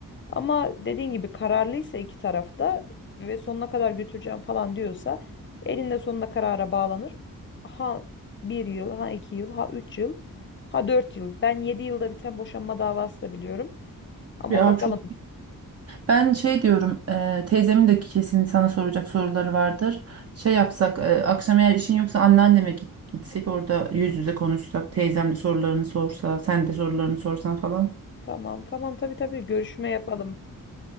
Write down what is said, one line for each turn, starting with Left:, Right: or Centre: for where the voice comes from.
Left: Ama dediğin gibi kararlıysa iki tarafta ve sonuna kadar götüreceğim falan diyorsa elinde sonunda karara bağlanır. Ha bir yıl, ha iki yıl, ha üç yıl, ha dört yıl. Ben yedi yılda biten boşanma davası da biliyorum. Ama
Right: Ya
Left: bakalım.
Right: çok Ben şey diyorum, e, teyzemin de kesin sana soracak soruları vardır. Şey yapsak, e, akşam eğer işin yoksa anneanneme git- gitsek orada yüz yüze konuşsak, teyzem de sorularını sorsa, sen de sorularını sorsan falan.
Left: Tamam tamam tabii tabii görüşme yapalım.